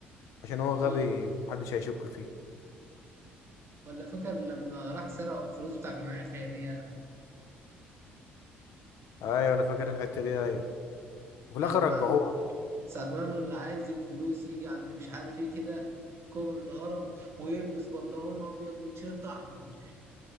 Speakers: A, on the left (about 65°); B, on the right (about 45°).
A: عشان هو غبي
B: اه
A: ومحدش هيشك فيه
B: ولا فاكر لما راح سرق الفلوس بتاع جمعية خيرية
A: ايوه انا فاكر الحتة دي ايوه وفي
B: ساعة
A: الاخر
B: ما
A: رجعوها
B: ساعة ما قالوا اللي عايز الفلوس يجي عند مش عارف ايه كده كوبري الهرم ويلبس بنطلون ابيض وتيشيرت احمر